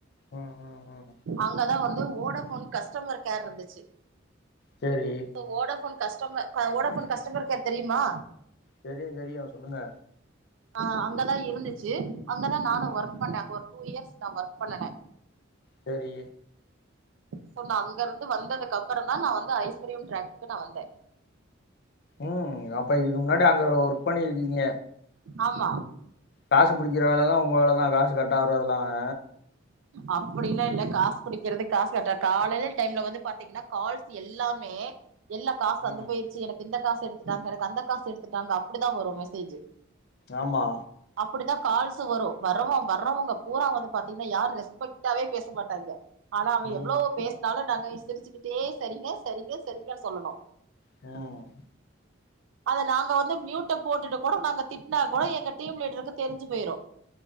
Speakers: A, on the left; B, on the right.
A: ம் ம் ம்
B: அங்கதா வந்து ஓடஃபோன் கஸ்டமர் கேர் இருந்துச்சு
A: சேரி
B: இப்ப ஓடஃபோன் கஸ்டம க ஓடஃபோன் கஸ்டமர் கேர் தெரிமா
A: தெரியு தெரியு சொல்லுங்க
B: ஆ அங்கதா இருந்துச்சு அங்கதா நானு
A: ம்
B: ஒர்க் பண்ணே அங்க ஒரு டூ இயர்ஸ் நா ஒர்க் பண்ணுனே
A: சேரி
B: ஸோ நா அங்கருந்து வந்ததுக்கப்பறோந்தா நா வந்து ஐஸ்வர்யம் ட்ராக்குக்கு நா வந்தே
A: ம் அப்ப இதுக்கு முன்னாடி அங்க ஒர்க் பண்ணியிருக்கீங்க
B: ஆமா
A: காசு புடிக்கிற வேலைலா ஒங்க வேல தா காசு கட்டாவுறதுலாங்க
B: அப்டில்லா இல்ல காசு புடிக்கிறது காசு கட்டா காலைல டைம்ல வந்து பாத்தீங்கன்னா கால்ஸ் எல்லா மே எல்லா காசு வந்து
A: ம்
B: போய்ருச்சு எனக் இந்த காசு எடுத்துட்டாங்க எனக் அந்த காசு எடுத்துட்டாங்க அப்டிதா வரு மெசேஜு
A: ஆமா
B: அப்டிதா கால்ஸு வரு வர்றவ வர்றவங்க பூரா வந்து பாத்தீங் யார் ரெஸ்பெக்டாவே பேச மாட்டாங்க ஆனா அவே
A: ம்
B: எவ்ளோ பேசு னாலு நாங்க சிரிச்சுக்கிட்டே செரிங்க செரிங்க செரிங்கன் சொல்லனு
A: ம்
B: அத நாங்க வந்து மியூட்ட போட்டுட்டு கூட நாங்க திட்னா கோ எங்க டீம் லீட்ருக்கு தெரிஞ்சு போய்ரு